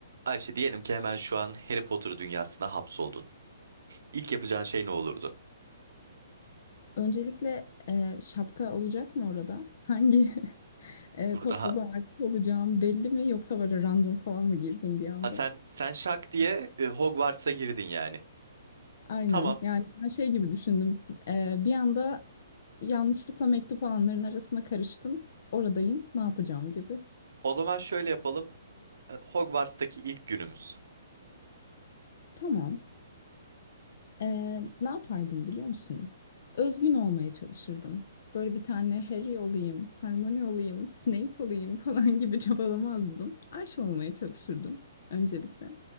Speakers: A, on the right; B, on the left.
A: Ayşe diyelim ki hemen şu an Harry Potter dünyasına hapsoldun. İlk yapacağın şey ne olurdu?
B: Öncelikle e, şapka olacak mı orada? Hangi <laughs> e,
A: Dur
B: topluluğa
A: daha.
B: ait olacağım belli mi yoksa böyle random falan mı girdim bir anda?
A: Ha sen sen şak diye e, Hogwarts'a girdin yani.
B: Aynen.
A: Tamam.
B: Yani ben şey gibi düşündüm. E, bir anda yanlışlıkla mektup alanların arasına karıştım. Oradayım. Ne yapacağım gibi.
A: O zaman şöyle yapalım. E, Hogwarts'taki ilk günümüz.
B: Tamam. E, ne yapardım biliyor musun? Özgün olmaya çalışırdım. Böyle bir tane Harry olayım, Hermione olayım, Snape olayım falan gibi <laughs> çabalamazdım. Ayşe olmaya çalışırdım öncelikle.